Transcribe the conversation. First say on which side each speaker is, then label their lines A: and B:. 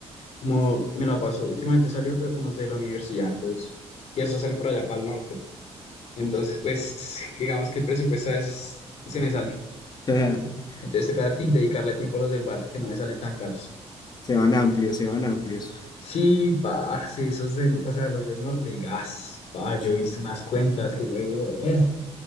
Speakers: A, on the left; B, on the left.
A: Como
B: Uf,
A: me la paso, últimamente salió, pero con los de la universidad, entonces. Y esos salen por allá, para el norte. Entonces,
B: uf.
A: pues,
B: bro.
A: <laughs> digamos que el presupuesto a veces se me sale.
B: <laughs>
A: Entonces, toca tin- dedicarle tiempo a los del barrio, que no me salen tan caros.
B: Se van amplios, se van amplios.
A: Sí, parce, esos del, o sea, los del norte, gas, pa, yo
B: Sí.
A: he visto unas cuentas que yo digo, eh,